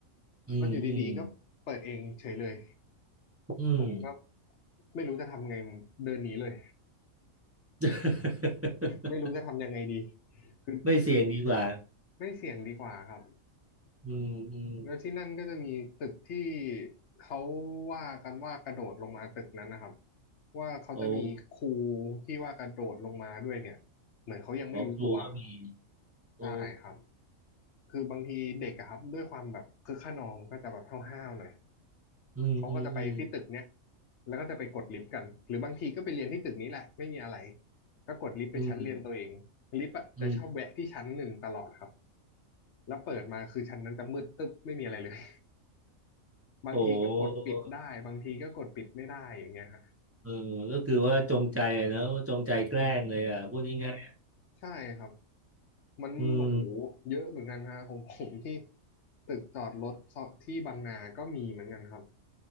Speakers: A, on the right (about 20°); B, on the left (about 65°).
A: อืมอืม
B: ก็อยู่ดีๆก็เปิดเองเฉยเลย
A: อืม
B: ผมก็ไม่รู้จะทำไงผมเดินหนีเลย
A: <laughs>
B: ไม่รู้จะทำยังไงดีคือคือ
A: ไม่เสี่ยงดีกว่า
B: ไม่เสี่ยงดีกว่าครับ
A: อืมอืม
B: แล้วที่นั่นก็จะมีตึกที่เขาว่ากันว่ากระโดดลงมาตึกนั้นนะครับว่าเขาจะมีครู
A: โอ้
B: ที่ว่ากระโดดลงมาด้วยเนี่ยเหมือนเขายังไม่รู้ตัวอืม
A: หมอครูก็มีโอ้
B: ใช่ครับคือบางทีเด็กอะครับด้วยความแบบคึกคะนองก็จะแบบห้าวๆหน่อย
A: อืมอืมอืม
B: เขาก็จะไปที่ตึกเนี้ยแล้วก็จะไปกดลิฟต์กันหรือบางทีก็ไปเรียนที่ตึกนี้แหละไม่มีอะไรก็กดลิฟต์ไปชั้นเรียนตัวเองลิฟต์อะจะชอบแวะที่ชั้นหนึ่งตลอดครับ
A: อืมอืม
B: แล้วเปิดมาคือชั้นนั้นจะมืดตึ๊บไม่มีอะไรเลย บางทีก็กดปิดได้บางทีก็กดปิดไม่ได้อย่างเงี้ยฮะ
A: โอ้เออก็คือว่าจงใจอะเนอะจงใจแกล้งเลยอ่ะพูดง่าย
B: ใช่ครับ
A: ๆอืม
B: มันโอ้โหเยอะเหมือนกันฮะของผมที่ตึกจอดรถที่บางนาก็มีเหมือนกันครับ